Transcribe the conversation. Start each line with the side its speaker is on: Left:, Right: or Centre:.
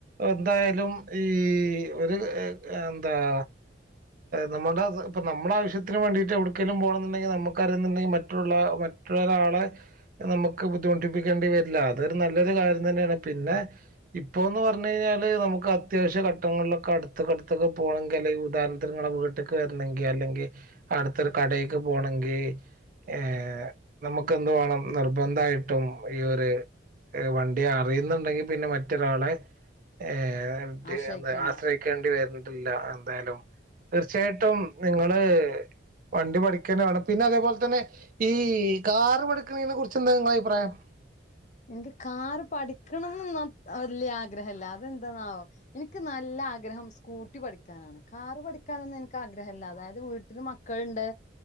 Right: എന്തായാലും ഈ ഒര് എന്താ- നമ്മടെ ഇപ്പ നമ്മടെ ആവശ്യത്തിന് വേണ്ടീട്ടെ എവിടെക്കെങ്കിലും പോണോ - എന്നൊണ്ടെങ്കി നമ്മക്ക് അറിയുന്നൊണ്ടെങ്കി മറ്റുള്ള മറ്റുള്ള ഒരാളെ - നമുക്ക് ബുദ്ധിമുട്ടിപ്പിക്കേണ്ടി വരില്ല അതൊരു നല്ലൊരു കാര്യം തന്നെയാണ് പിന്നെ- ഇപ്പോന്ന് പറഞ്ഞു കഴിഞ്ഞാല് നമുക്ക് അത്യാവശ്യ ഘട്ടങ്ങളിലൊക്കെ അടുത്തടുത്തൊക്കെ പോണെങ്കി അല്ലെങ്കിൽ കൂട്ടുകാരുടെ അടുത്ത് എങ്ങാനും ഇ- ഒറ്റക്ക് വരണെങ്കി അല്ലെങ്കി അടുത്തൊരു കടേക്ക് പോണെങ്കി- ഏഹ് നമുക്ക് എന്ത്‌ വേണം നിർബന്ധായിട്ടും ഈ ഓര് - വണ്ടി അറിയുന്നുണ്ടെങ്കി പിന്നെ മറ്റൊരാളെ ഏഹ്
Left: ആശ്രയിക്കണ്ട
Right: ആശ്രയി- ക്കേണ്ടി വര്ണിട്ടില്ല എന്തായാലും തീർച്ചയായിട്ടും നിങ്ങള് വണ്ടി പഠി- ക്ക തന്നെ വേണം പിന്നെ അതേ പോലെതന്നെ ഈ കാറ് പഠിക്കണെ കുറിച്ച് എന്താ നിങ്ങളെ അഭിപ്രായം
Left: എനിക്ക് കാറ് പഠിക്കണം എന്നൊന്നും വല്യ ആഗ്രഹവില്ല അത് എന്താെന്നാവോ എനിക്ക് നല്ല ആഗ്രഹം സ്കൂട്ടി പഠിക്കാനാണ് കാറ് പഠിക്കാനൊന്നും എനിക്ക് ആഗ്രഹവില്ല അതായത് വീട്ടില് മക്കള് ഇണ്ട്